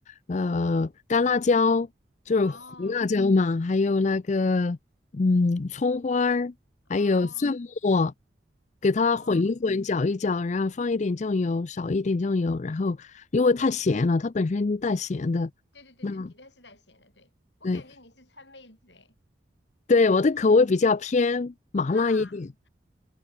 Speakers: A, on the left; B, on the left.
A: 呃干辣椒，就是胡辣椒嘛，
B: 哦
A: 还有那个嗯葱花儿，还有蒜末，
B: 哦
A: 给它混一混，
B: 哦。
A: 搅一搅，然后放一点酱油，少一点酱油，然后因为太咸了，它本身带咸的，
B: 对对对对，
A: 嗯，
B: 皮蛋是带咸的，对，我感觉你是川妹子诶，
A: 对对，我的口味比较偏麻辣一点。
B: 辣，